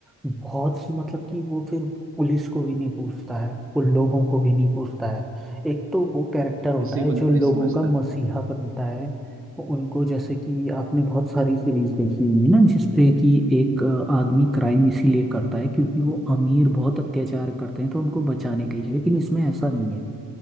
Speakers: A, in the centre; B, on the right (about 45°).
A: बहुत सी मतलब कि वो फिर पुलिस को भी नहीं पूछता है वो लोगों को भी नहीं पूछता है एक तो वो कैरेक्टर होता
B: किसी
A: है
B: को
A: जो
B: नहीं
A: लोगों
B: समझता
A: का मसीहा बनता है वो उनको जैसे कि आपने बहुत सारी सीरीज देखी होंगी ना जिसपे कि एक अ, आदमी क्राइम इसीलिए करता है क्योंकि वो अमीर बहुत अत्याचार करते हैं तो उनको बचाने के लिए लेकिन इसमें ऐसा नहीं है